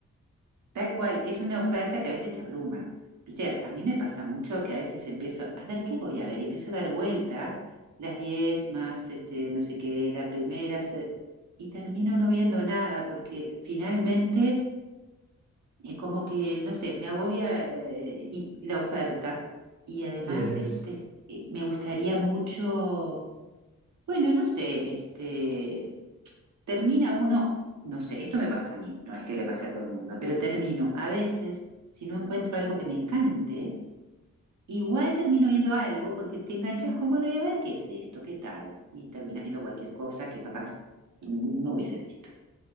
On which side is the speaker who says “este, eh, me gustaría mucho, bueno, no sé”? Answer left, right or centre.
Right